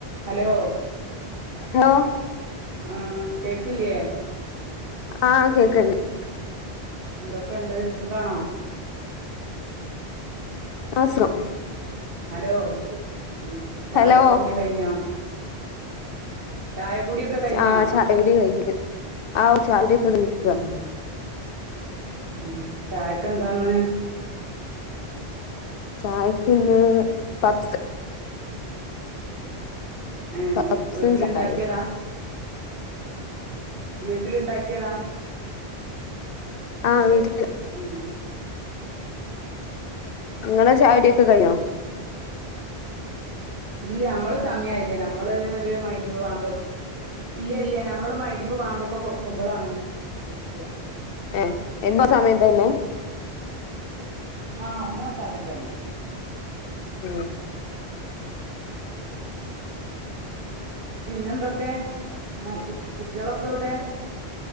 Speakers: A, on the right (about 60°); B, on the left (about 65°).
A: Hello
B: hello
A: ആ കേക്ക്ലിയേ
B: ആ കേക്ക്ണ്ട്
A: എന്തൊക്കൊണ്ട് സുഖണോ
B: ആ സുഖം
A: ഹലോ ഉം ചായഒക്കെ
B: ഹലോ
A: കൂടി കഴിഞ്ഞോ ചായക്കുടിയൊക്കെ കഴിഞ്ഞോ
B: ആ ചായകുടി കഴിഞ്ഞു ആവ് ചായകുടിഒക്കെ കിഴിഞ്ഇരിക്കുവാ
A: ഉം
B: -
A: ഉം ചായക്ക് എന്താന്ന്
B: ചായക്ക്ന്ന് പബ്സ്
A: ഏഹ്
B: പപ്സും
A: വീട്ടിലുണ്ടാക്കിയതാ
B: ചായേം
A: വീ ട്ടിൽ ഇണ്ടാക്കിയതാ
B: ആഹ് വീട്ടില്
A: ഉം
B: നിങ്ങടെ ചായകുടി ക്ക കയ്ഞ്ഞോ
A: ഇല്ല നമ്മള് സമയായില്ലേ നമ്മള് ഒരു മൈ ഗ്രിവ് വാങ്കോടുക്കും. ഇല്ലല്ല നമ്മള് മഗ്രിവ് വാങ്കോക്കെ കൊടുക്കുമ്പളാണ് കുടിക്ക.
B: ഏഹ് എന്നു ആ സമയം തന്നെ.
A: ആഹ് എന്നും ആ സമയം തന്നെ.
B: ഉം
A: പിന്നെന്തൊക്കെ? മ കുട് കുട്ട്യേളോ പ്പെവിടെ